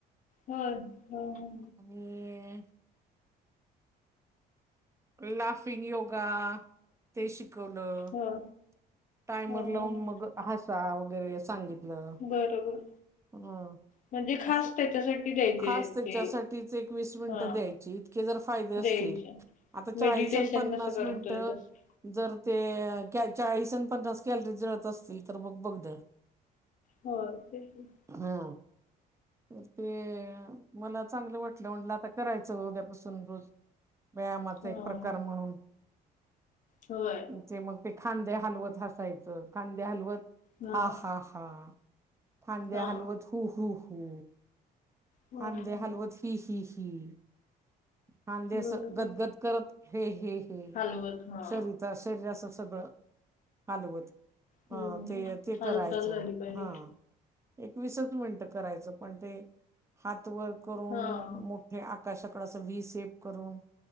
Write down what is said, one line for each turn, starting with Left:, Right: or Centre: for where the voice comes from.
Left: होय, हो हो
Right: ज <unintelligible> लाफिंग योगा, ते शिकवलं.
Left: हां,
Right: टायमर
Left: हां.
Right: लावून मग हसा वगैरे सांगितलं.
Left: बरोबर,
Right: ह
Left: म्हणजे खास
Right: असं
Left: त्याच्यासाठी द्यायचे
Right: खास
Left: ते
Right: त्याच्यासाठीच एक वीस मिनिटं
Left: हां,
Right: द्यायची, इतके जर फायदे असतील
Left: द्यायचे.
Right: आता चाळीस
Left: मेडिटेशन
Right: आणि पन्नास
Left: कसं करतोय
Right: मिनटं
Left: तसं.
Right: जर ते चाळीस आणि पन्नास कॅलरी जळत असतील तर मग बघ ना <inaudible>
Left: होय, तेच की.
Right: हा. तर ते मला चांगलं वाटलं, म्हटलं आता करायचं उद्यापासून रोज. व्यायामाचा
Left: हां.
Right: एक प्रकार म्हणून
Left: होय.
Right: ते मग ते खांदे हलवत हासायचं, खांदे हलवत
Left: हां.
Right: हा हा हा खांदे
Left: हां.
Right: हलवत हु हु हू
Left: हां,
Right: खांदे
Left: हां.
Right: हलवत, ही ही ही ही खांदे अस
Left: बरोबर.
Right: गदगद करत हे हे हे
Left: हलवत. हां.
Right: शरी ज्या शरीराचं सगळं हालवत
Left: हं.
Right: अ ते ते
Left: हालचाल
Right: करायचं
Left: झाली पाहिजे.
Right: हा एक वीसच मिनिटं करायचं पण ते, हात वर करून,
Left: हां.
Right: मोठे आकाशाकडे, अस व्ही सेप करून,